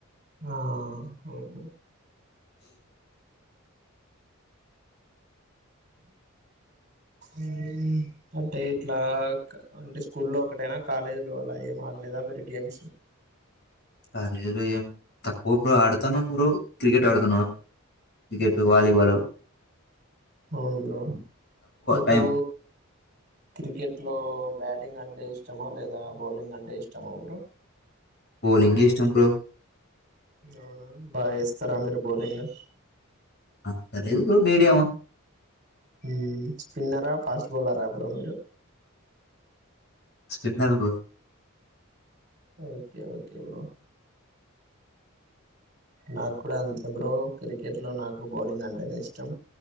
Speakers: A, on the right (about 35°); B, on the left (about 50°).
A: హా అవును బ్రో ఉమ్ అంటే ఇట్లా అంటే స్కూల్లో ఒకటేనా కాలేజీలో అలా ఎమ్ లేదా మేరి గేమ్సు
B: కాలేజీలో ఏం తక్కువ బ్రో ఆడుతాను బ్రో క్రికెట్ ఆడుతాను. క్రికెట్,
A: మ్మ్.
B: వాలీబల్
A: అవును బ్రో మీకూ
B: టైం
A: క్రికెట్ లో బ్యాటింగ్ అంటే ఇష్టమా, లేదా బౌలింగ్ అంటే ఇష్టమా బ్రో?
B: బౌలింగే ఇష్టం బ్రో
A: అవునా బాగ్ ఏస్తారా మీరు బౌలింగు?
B: అంత లేదు మీడియం.
A: ఉమ్ స్పిన్నరా, ఫాస్ట్ బౌలరా బ్రో మీరు?
B: Spinner bro
A: okay okay bro నాకూడా అంతే బ్రో క్రికెట్లో నాకు బౌలింగ్ అంటేనే ఇష్టం.